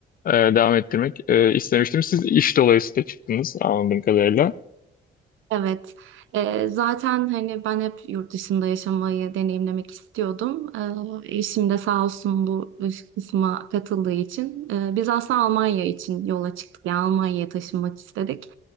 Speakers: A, on the left (about 45°); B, on the right (about 80°).
A: e, devam ettirmek e, istemiştim. Siz iş dolayısıyla çıktınız anladığım kadarıyla.
B: Evet. Ee, zaten hani ben hep yurt dışında yaşamayı deneyimlemek istiyordum. Ee, eşim de sağ olsun bu iş kısma katıldığı için. Ee, biz aslında Almanya için yola çıktık. Yani Almanya'ya taşınmak istedik.